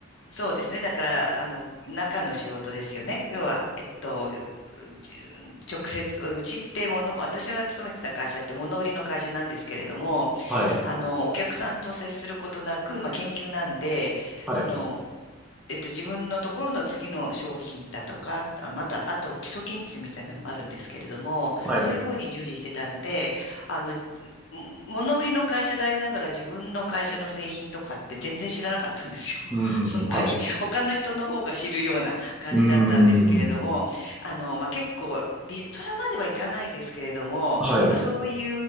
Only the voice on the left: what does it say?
そうですね。だから、あの、中の仕事ですよね。要は、えっと、じ直接、うちってもの、私が勤めてた会社って物売りの会社なんですけれども、
あの、お客さんと接することなく、まあ、研究なんで、
その、えっと、自分のところの次の商品だとか、あまた、あと基礎研究みたいなのもあるんですけれども、
そういうふうに従事してたんで、あの、うん物売りの会社でありながら自分の会社の製品とかって全然知らなかったんですよ。
<laughs> 本当に他の人の方が知るような感じだったんですけれども、
あの、まあ、結構リストラまではいかないんですけれども、
まあ、そうい